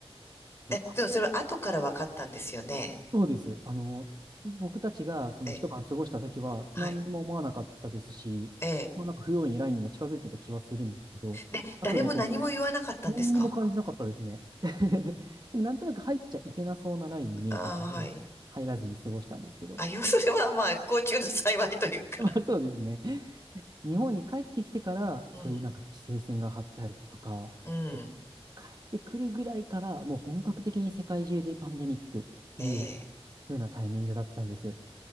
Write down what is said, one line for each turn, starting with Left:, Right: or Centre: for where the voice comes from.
Right: もう、
Left: え、
Right: あ、
Left: でもそれは後から分かったんですよね。
Right: そうです。あの、僕たちがその一晩過ごした時は何も思わなかったですし、
Left: ええ、はい。ええ。
Right: まあ、なんか不用意にラインにも近づいてた気はするんですけど、
Left: で、
Right: 後でこう聞
Left: 誰も何も言わなかったんですか
Right: 何にも感じなかったですね。<laughs> でもなんとなく入っちゃいけなそうなラインに見えたので、
Left: ああー、はい。
Right: 入らずに過ごしたんですけど。
Left: あ、要するには、まあ、不幸中の幸いというか。
Right: <laughs> まあそうですね。日本に帰ってきてから、
Left: <laughs> うん、
Right: そういうなんか規制線が張ってあるとか、
Left: うん。
Right: 帰ってくるぐらいから、もう本格的に世界中でパンデミックっていう
Left: ええ、
Right: 風なタイミングだったんです。